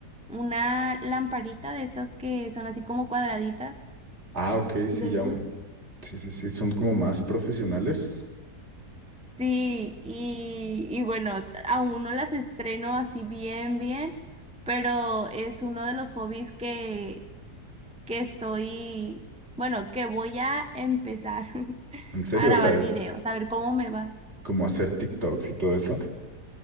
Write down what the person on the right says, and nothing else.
Ah, ok, sí,
ya.
mm, Sí, sí, sí, son como más profesionales.
¿En serio?
O sea, es
como hacer TikToks y todo eso.